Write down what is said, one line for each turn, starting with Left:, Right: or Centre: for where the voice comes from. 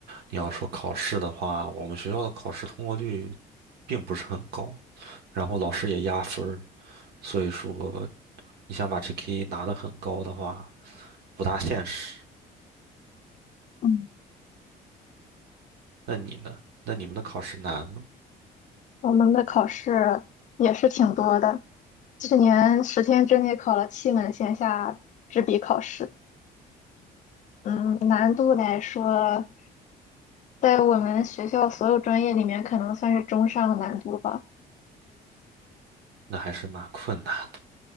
Right: 你要说考试的话，我们学校的考试通过率并不是很高，然后老师也压分儿，所以说你想把 GK 拿的很高的话，不大现实。
Left: 嗯，
Right: 那你呢？那你们的考试难吗？
Left: 我们的考试也是挺多的，去年十天之内考了七门线下纸笔考试。嗯，难度来说，在我们学校所有专业里面，可能算是中上的难度吧。
Right: 那还是蛮困难的。